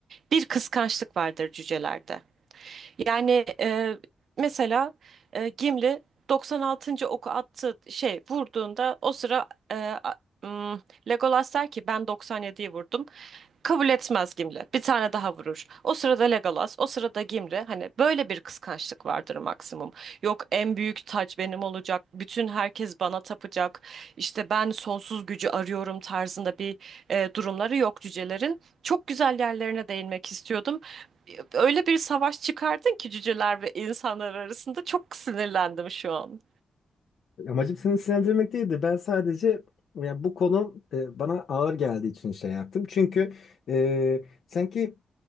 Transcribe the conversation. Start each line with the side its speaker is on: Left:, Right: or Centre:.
Right: Bir kıskançlık vardır cücelerde. Yani e, mesela e, Gimli 96. oku attı şey vurduğunda o sıra e, a- m, Legolas der ki ben 97'yi vurdum. Kabul etmez Gimli. Bir tane daha vurur. O sırada Legolas, o sırada Gimli. Hani böyle bir kıskançlık vardır maksimum. Yok en büyük taç benim olacak. Bütün herkes bana tapacak. İşte ben sonsuz gücü arıyorum tarzında bir e, durumları yok cücelerin. Çok güzel yerlerine değinmek istiyordum. Öyle bir savaş çıkardın ki cüceler ve insanlar arasında çok sinirlendim şu an.
Left: Amacım seni sinirlendirmek değildi. Ben sadece ya bu konu e, bana ağır geldiği için şey yaptım. Çünkü e, sanki